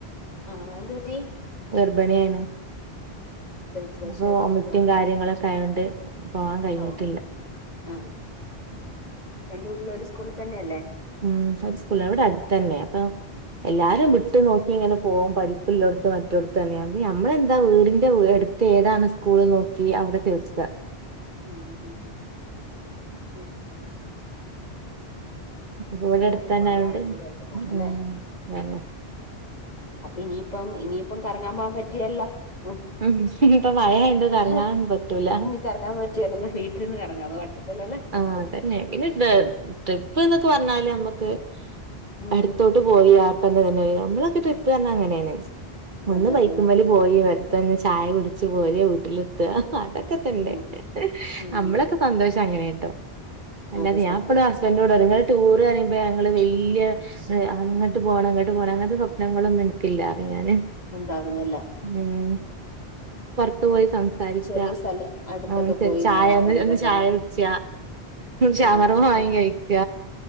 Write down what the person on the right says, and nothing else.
വിപണിയാണ്
അപ്പൊ ഒമറ്റും കാര്യങ്ങളൊക്കെ ആയോണ്ട് പോവാൻ കഴിഞ്ഞിട്ടില്ല
ഉ സ്ക ഇവിടെ അടുത്ത തന്നെ അപ്പൊ എല്ലാരും
വിട്ട് നോക്കി ഇങ്ങനെ പോകം പരിപ്പില്ലടത്തും മറ്റോടത്ത് തന്നെയ നഞമ്മളെന്താ വീടിന്റെ അടുത്ത് ഏതാണ് സ്കൂൾ നോക്കി അവവിടെ തേർച്ചത
അപ്പൊ ഇവിടെ
അടുത്ത് തന്നെ
ആയോണ്ട്
ഉം അതന്നെ
ഉം ഇപ്പൊ മഴയായോണ്ട്
കറങ്ങാൻ പറ്റൂല
ആ അതന്നെ പിന്നെ ട്രിപ്പ് എന്നൊക്കെ പറഞ്ഞാല് നമ്മുക്ക്
അടുത്തോട്ട് പോയി ആപ്പന്നെ തന്നെ വര നമ്മളൊക്കെ ട്രിപ്പ് തഞ്ഞ അങ്ങനെയാണ് ഒന്ന്
പൈക്കുമ
വല പോയി വറത്തെ ചായ കുടിച്ച്ു പോര് വീട്ടിൽ അതൊക്കെ
തന്നെ
നമ്മളൊക്കെ സന്തോഷം അങ്ങനൊട്ടോ അല്ലാെ
ഞാൻപ്പഴും
ഹസ്ബൻഡറോൂടെ നിങ്ങൾ ടൂർ പറയുമ്പോ ഞങ്ങള് വല്ിയ അങ്ങോട്ട് പോണം അങ്ങോട്ട് പോണം അങ്ങനത്തെ സ്വപ്നങ്ങളൊന്നും നിനക്കില്ല ചെയ്യാന്
ഉം <unintelligible> സംസാരിക്ക
ആ ശരി
ചായ
ഒന്ന് ഒന്ന്
ചായ കുടിച്ച ശവർമ
വാങ്ങി
കഴിക്ക